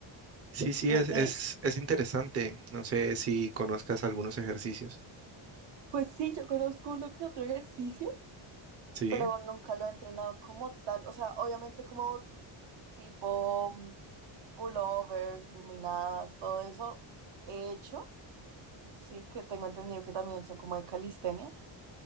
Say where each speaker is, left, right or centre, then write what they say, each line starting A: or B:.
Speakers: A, on the right (about 30°); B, on the right (about 55°).
A: Sí, sí,
B: Y,
A: es, es,
B: y
A: es interesante. No sé si conozcas algunos ejercicios.
B: pues sí, yo conozco uno que otro ejercicio,
A: Sí.
B: pero nunca lo he entrenado como tal. O sea, obviamente como tipo... pullovers, luminadas, todo eso hecho, sí, que tengo entendido que también son como de calistenia,